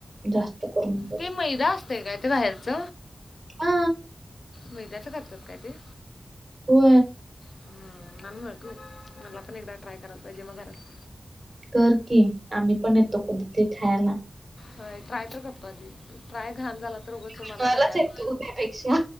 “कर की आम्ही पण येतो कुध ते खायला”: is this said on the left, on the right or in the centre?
Right